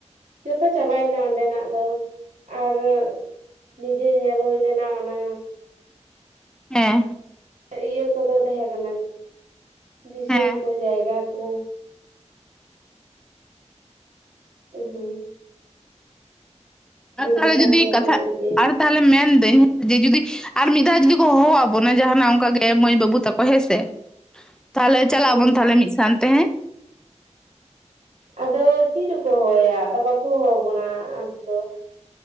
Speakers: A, on the right; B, in the centre.
A: ᱡᱷᱚᱛᱚ ᱪᱟᱵᱟᱭᱮᱱᱟ ᱚᱸᱰᱮᱱᱟᱜ ᱫᱚ ᱟᱨ ᱱᱤᱡᱮ ᱧᱮᱞ ᱦᱩᱭ ᱞᱮᱱᱟ ᱚᱱᱟ
B: ᱦᱮᱸ
A: ᱤᱭᱟᱹ ᱠᱚᱫᱚ ᱛᱟᱦᱮᱸ ᱠᱟᱱᱟ ᱫᱤᱥᱚᱢ
B: ᱦᱮᱸ
A: ᱠᱚ ᱡᱟᱭᱜᱟ ᱠᱚ ᱟ ᱦᱚᱸ <inaudible>
B: ᱠᱟᱛᱷᱟ
A: ᱱᱟᱯᱟᱭ
B: ᱜᱮ ᱡᱩᱫᱤ
A: ᱛᱟᱦᱮᱸ
B: ᱠᱟᱛᱷᱟ
A: ᱠᱟᱱᱟ ᱟᱹᱰᱤ ᱵᱮᱥ
B: ᱟᱨ ᱛᱟᱦᱞᱮ ᱢᱮᱱᱫᱟᱹᱧ ᱡᱩᱫᱤ ᱟᱨ ᱢᱤᱫ ᱫᱷᱟᱣ ᱡᱩᱫᱤ ᱠᱚ ᱦᱚᱦᱚ ᱟᱵᱚᱱᱟ ᱡᱟᱦᱟᱱᱟᱜ ᱚᱱᱠᱟᱜ ᱜᱮ ᱢᱟᱹᱭ ᱵᱟᱹᱵᱩ ᱛᱟᱠᱚ ᱦᱮᱸ ᱥᱮ ᱛᱟᱦᱞᱮ ᱪᱟᱞᱟᱜ
A: ᱦᱩᱸ
B: ᱟᱵᱚᱱ ᱛᱟᱦᱞᱮ ᱢᱤᱫ ᱥᱟᱱᱛᱮ ᱦᱮᱸ
A: ᱟᱫᱚ ᱪᱤᱜ ᱨᱮᱠᱚ ᱦᱚᱦᱚᱟᱭᱟ ᱟᱫᱚ ᱵᱟᱠᱚ ᱦᱚᱦᱚ ᱵᱚᱱᱟ ᱟᱵᱚ ᱫᱚ